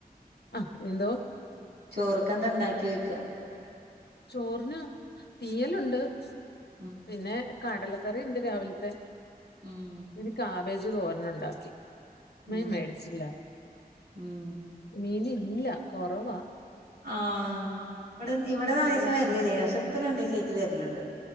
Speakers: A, on the left; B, on the right.
A: ആ എന്തോ
B: ചോറുക്കെന്താ ഉണ്ടാക്കി ചോയ്ക്ക.
A: ചോറിന് തീയലുണ്ട്.
B: ഉം
A: പിന്നെ കടലക്കറി ഇണ്ട് രാവിലത്തെ
B: ഉം
A: ഇനിക്ക ഇനി കാബേജ് തോരൻ ഉണ്ടാക്കി. മീൻ
B: ഉം
A: മേടിച്ചില്ല
B: ഉം
A: മീൻ ഇല്ല കുറവാ.
B: ആ ഇവിടെ ഇവിടെ
A: ട്രോൾ
B: നാലീസം വരലില്ലേന പക്ഷെ ഇപ്പ രണ്ടു ദിവസയിട്ട് വരലുണ്ട്.